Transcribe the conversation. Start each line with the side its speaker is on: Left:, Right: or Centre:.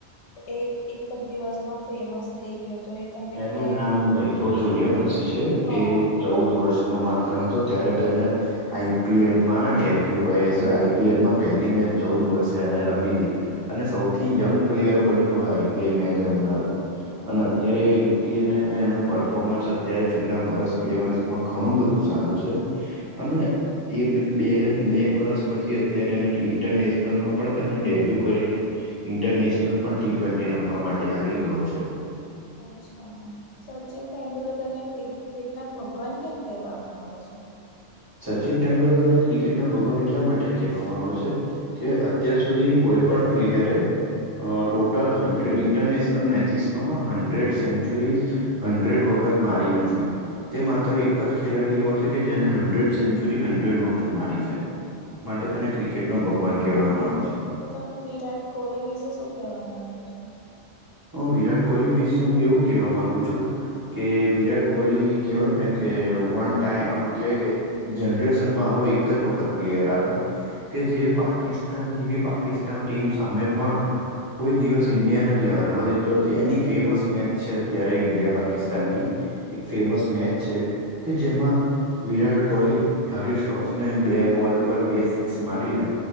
Left: એક એક જ દિવસમાં ફેમસ થઈ ગયો હતો એ તમને
Right: એનું
Left: કોઈ આઈડિયા
Right: નામ
Left: છે
Right: વૈભવ સૂર્યવંશી છે,
Left: હા
Right: એ ચૌદ વર્ષ નો માત્ર હતો ત્યારે તેને આઈપીએલમાં ડેવ્યુ કહે છે, આઈપીએલમાં પહેલી મેચ ચૌદ વર્ષે અને રમી હતી. અને સૌથી
Left: હા
Right: યંગ પ્લેયર બન્યો હવે આઈપીએલ મેચ રમનારો અને
Left: ઓકે
Right: અત્યારે એને એનું પરફોર્મન્સ અત્યારે છેલ્લા વર્ષ, બે વર્ષ માં ઘણું બધું સારું છે અને એ બે બે વષૅ પછી અત્યારે, એ ઇન્ટરનેશનલમાં પણ તેને ડેબ્યુ કરીને, ઇન્ટરનેશનલ પણ ટી ટ્વેન્ટી રમવા માટે આવી ગયો છે.
Left: અચ્છા સચિન તેંડુલકર ને ક્રી કેટ ના ભગવાન કેમ કહેવામાં આવે છે?
Right: સચિન તેંડુલકરને ક્રિકેટના ભગવાન એટલા માટે કહેવામાં આવે છે કે અત્યાર સુધી કોઈ પણ પ્લેયરે અ ટોટલ હંડ ઇન્ટરનેશનલ મેચિસ માં હંડ્રેડ સેન્ચુરીઝ હંડ્રેડ વખત મારી નથી તે માત્ર એક જ ખેલાડી એવો છે કે જેને હંડ્રેડ સેન્ચુરી હંડ્રેડ વખત મારી છે માટે તેને ક્રિકેટ નો ભગવાન કહેવામાં આવે છે.
Left: તો તમે વિરાટ કોહલી વિશે શું કેવા માંગો છો?
Right: હું વિરાટ કોહલી વિશે હું એવું કેવા માંગુ છું કે વિરાટ કોહલી કેવાય ને કે વન ટાઈમ આમ કેવાય કે જનરેશનમાં આવો એક જ વખત પ્લેયર આવે કે જે પાકિસ્તાન જેવી પાકિસ્તાન ટીમ સામે પણ કોઈ દિવસ ઇન્ડિયાને હારવા દેતો નથી એની ફેમસ મેચ છે અત્યારે ઈન્ડિયા પાકિસ્તાન ની એક ફેમસ મેચ છે કે જેમાં વિરાટ કોહલી હારીશ શ્રોફને બે બોલ પર બે સિક્સ મારીને